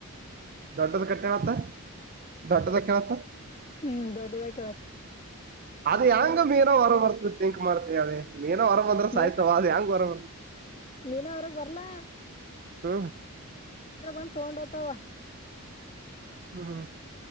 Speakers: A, on the right; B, on the left.
A: ದೊಡ್ಡದ ಕಟ್ಟಯಾಳತ್ತ್ ದೊಡ್ಡದ ಹಾಕ್ಯಾಳ್
B: ಹ್ಮ್ ದೊಡ್ಡದಾಗಿ ಕೇಳತ್ತ
A: ಅದ ಹೆಂಗ ಮೀನಾ ಹೊರ ಬರ್ತ ತಿಂಕ್ ಮಾಡ್ತ ಹೇಳ್ ಮೀನಾ ಹೊರ ಬಂದ್ರ
B: ಮೀನಾ
A: ಸಾಯ್ತವ ಅದ ಹೆಂಗ ಹೊರ ಬರ್ತ
B: ಮೀನಾ ಹೊರಗ್ ಬರ್ಲಾ
A: ಹ್ಮ
B: ಅವ್ರ್ ಬಂದ ತೊಂಡ ಹೋತಾವ
A: ಹ್ಮ ಹ್ಮ